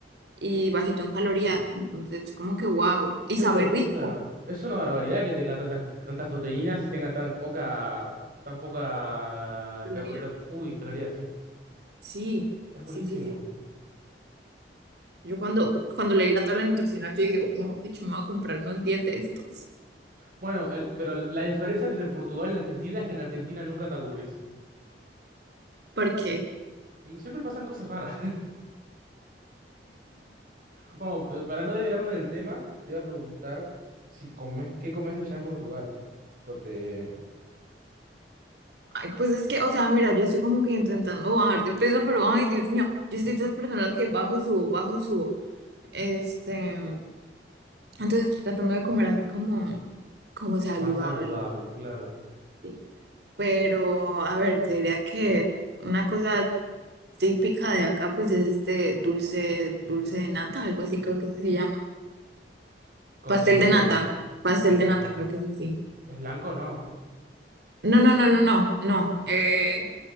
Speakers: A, on the right (about 70°); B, on the right (about 50°).
A: y bajito en calorías. Entonces, como que wow. Y
B: Che,
A: sabe
B: pero
A: rico.
B: posta, es una barbaridad que tenga tantas, que tantas proteínas y tenga tan poca, tan poca,
A: ¿Caloría?
B: carbo- tan- uy, calorías, sí.
A: Sí,
B: Es buenísimo.
A: sí, sí, sí. Yo cuando, cuando leí la tabla nutricional, yo dije, mejor dicho, me voy a comprar unos 10 de estos.
B: Bueno, el- pero la diferencia entre Portugal y Argentina es que en Argentina nunca te aburrís.
A: ¿Por qué?
B: Bueno, Siempre pasan cosas raras. <laughs> Bueno, pero para no desviarnos del tema, te voy a preguntar si comes, ¿qué comes allá en Portugal? Corte
A: Ay, pues es que, o sea, mira, yo estoy como que intentando bajar de peso, pero ay, Dios mío, yo soy de esas personas que bajo, subo, bajo, subo. Este, entonces tratando de comer así como, como saludable,
B: más saludable, claro.
A: ¿sí? Pero, a ver, te diría que una cosa típica de acá, pues es este dulce, dulce de nata, algo así creo que es que se llama.
B: Corte
A: Pastel
B: dulce
A: de
B: del-
A: nata,
B: uh,
A: pastel de nata, creo que es así.
B: ¿es blanco o no?
A: No, no, no, no, no, no. eh,